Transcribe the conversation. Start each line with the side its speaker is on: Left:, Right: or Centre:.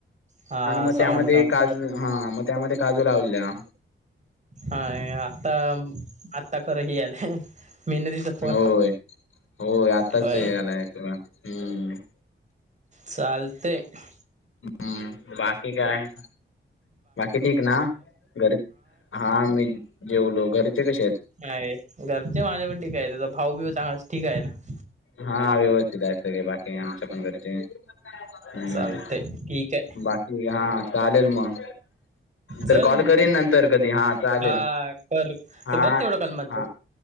Right: हा
Left: आणि मग
Right: समजलं
Left: त्यामध्ये
Right: समजलं
Left: काजू हा मग त्यामध्ये काजू लावलेल्या,
Right: हाय आत्ता आत्ता खरं हे आलंय मेहनतीचं फळ
Left: होय, होय आत्ताच
Right: होय
Left: ते आलाय सगळं हूं
Right: चालतय --
Left: हम्म बाकी काय? बाकी ठीक ना? घर -हा मी जेवलो. घरचे कसे आहेत?
Right: आहे घरचे माझ्या पण ठीकय आहे तचा भाऊ - बिव चांगलाच ठीक आहे ना?
Left: हा व्यवस्थित आहेत सगळे बाकी आमच्या पण घरचे. हम्म
Right: चालतय ठीक आहे
Left: बाकी हा चालेल मग तर
Right: चल
Left: कॉल
Right: मग
Left: करीन नंतर कधी हा चालेल.
Right: हा कर
Left: हा.
Right: ते बघ तेवढं कलमांच
Left: हा.